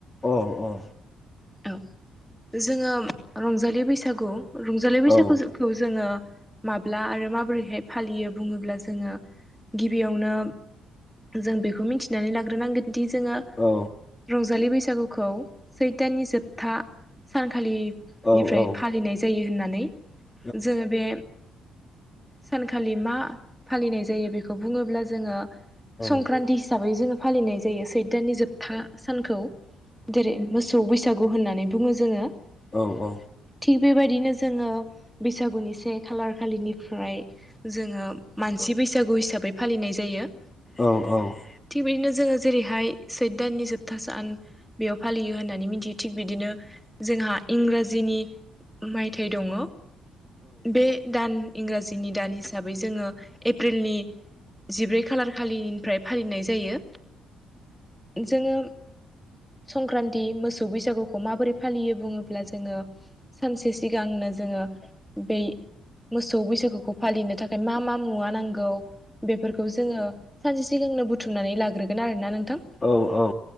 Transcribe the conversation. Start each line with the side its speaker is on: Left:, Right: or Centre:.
Left: अ-अ
Centre: औ जोङो रंजालि बैसागु रंजालि बैसागुखौ
Left: औ
Centre: जोङो माब्ला आरो माबोरैहाय फालियो बुङोब्ला जोङो गिबियावनो जों बेखौ मिथिनानै लाग्रोनांगोन दि जोङो
Left: औ
Centre: रंजालि बैसागुखौ सैत दाननि जोबथा सानखालिनिफ्राय
Left: औ औ
Centre: फालिनाय जायो होननानै
Left: औ
Centre: जोङो बे सानखालि मा फालिनाय जायो बेखौ बुङोब्ला जोङो संक्रान्ति
Left: औ
Centre: हिसाबै जोङो फालिनाय जायो इयो सैत्रनि जोबथा सानखौ जेरै मोसौ बैसागु होननानै बुङो जोङो
Left: औ औ।
Centre: थिग बेबायदिनो जोङो बैसागुनि से खालार खालिनिफ्राय जोङो मानसि बैसागु हिसाबै फालिनाय जायो।
Left: औ औ।
Centre: थिग बिदिनो जोङो जेरैहाय सैत दाननि जोबथा सान बेयाव फालियो होननानै मिथियो थिग बिदिनो जोंहा इंराजिनि मायथाइ दङ' बे दान इंराजिनि दान हिसाबै जोङो एप्रिलनि जिब्रै खालार खालिनिफ्राय फालिनाय जायो। जोङो संक्रान नि मोसौ बैसागुखौ माबोरै फालियो बुङोब्ला जोङो सानसे सिगांनो जोङो बै मोसौ बैसागुखौ फालिनो थाखाय मा मा मुवा नांगौ बेफोरखौ जोङो सानसे सिगांनो बुथुमनानै लाग्रोगोन आरोना नोंथां।
Left: औ औ।